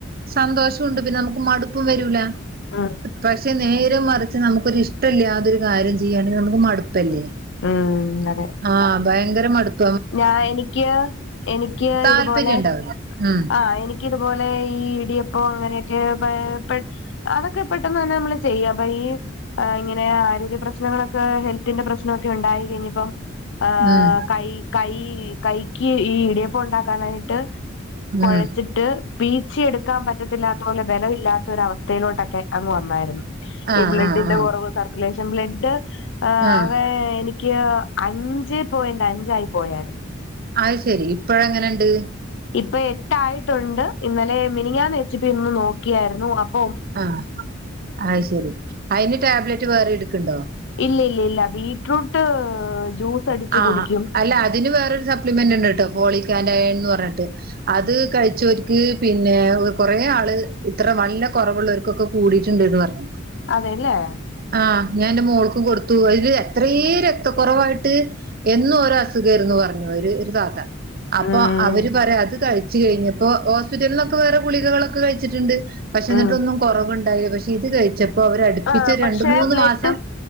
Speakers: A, on the right; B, on the left.
A: സന്തോഷോണ്ട്. പിന്നെ നമുക്ക് മടുപ്പും വരൂല.
B: ഉം
A: ക്ഷെ നേര മറിച്ച് നമുക്കൊരിഷ്ടല്ലതൊരു കാര്യം ചെയ്യുകയാണെങ്കിൽ നമുക്ക് മടുപ്പല്ലേ.?
B: ഉം അതെ.
A: ആഹ് ഭയങ്കര മടുപ
B: ഞാ എനിക്ക് എനിക്ക്
A: താല്പര്യം
B: ഇതുപോലെ
A: ഉണ്ടാവില്ല ഉം
B: ആ എനി ക്കിതു പോലെ ഈ ഇടിയപ്പോ ങ്ങനെയൊക്കെ പെ - അതൊക്കെ പെട്ടെന്ന് തന്നെ നമ്മള് ചെയ്യാം അപ്പൊ ഈ- ഏ ഇങ്ങനെ ആരോഗ്യ പ്രശ്നങ്ങളൊക്കെ ഹെൽത്തിന്റെ പ്രശ്നമൊക്കെ ഉണ്ടായി കഴിഞ്ഞപ്പം. ആ
A: ഉം
B: കൈ കൈ കൈക്ക് ഈ ഇടിയപ്പ ണ്ടാക്കാനായിട്ട് കുഴച്ചിട്ട്
A: ഉം
B: പീച്ചിയേടുക്കാൻ പറ്റത്തില്ലാത്ത പോലെ ബല ഇല്ലാത്തൊര വസ്ഥയിലോട്ടൊക്കെ- അങ്ങ് വന്നായിരുന്നു
A: ആഹ്
B: ഈ ബ്ലഡിന്റെ
A: ആഹ് ആഹ്
B: കുറവ് സർക്കുലേഷൻ ബ്ലഡ്
A: ആഹ്
B: അവെ എനിക്ക് അഞ്ച് പോയിന്റ് അഞ്ചായി പോയായിരുന്നു
A: അത് ശെരി ഇപ്പഴങ്ങനുണ്ട്?
B: ഇപ്പോ എട്ടായിട്ടുണ്ട്. ഇന്നലെ മിനിഞ്ഞാന്ന് എച്ച് ബി ഇന്ന് നോക്കിയായിരുന്നു അപ്
A: ആഹ് അത് ശരി അയിന് ടാബ്ലറ്റ് വേറിടുക്കണുണ്ടോ?
B: ഇല്ല ഇല്ലി ല്ല ല്ല ബീറ്റ്റൂട്ട് ജ്യൂസ് അടിച്ചു
A: ആഹ്
B: കുടിക്കും
A: അല്ല അതിന് വേറൊരു സപ്ലിമെന്റ് ഉണ്ട് ട്ടോ, ഫോളിക്കാന്റെ അയൺ എന്ന് പറഞ്ഞിട്ട്. അത് കഴിചോര്ക്ക് പിന്നെ കൊറേ ആള് ഇത്ര നല്ല കുറവുള്ളർക്കൊക്കെ കൂടിയിട്ടുണ്ടന്ന് പറഞ്ഞു.
B: അതെല്ലേ.
A: ആഹ് ഞാൻ ന്റെ മോൾക്കും കൊടുത്തു അതില് എത്രേം രക്തകുറവായിട്ട്. എന്നും ഒരു അസുഖർന്ന്റഞ്ഞു. ഒരു താത്ത അപ്പൊ
B: ഉം
A: അവര് പറയാ അത് കഴി- ച് കഴിഞപ്പോ ഹോസ്പിറ്റലിനൊക്കെ വേറെ ഗുളികളൊക്കെ കഴിച്ചിട്ടുണ്ട് പക്ഷ എന്നിട്ടൊന്നും
B: ഉം
A: കുറവുണ്ടായില പക്ഷെ ഇത് കഴിച്ചപ്പോ അവരടുപ്പിച്ച
B: ആ പക്ഷെ
A: രണ്ട മൂന്ന്
B: ബ്ലഡ്
A: മാസം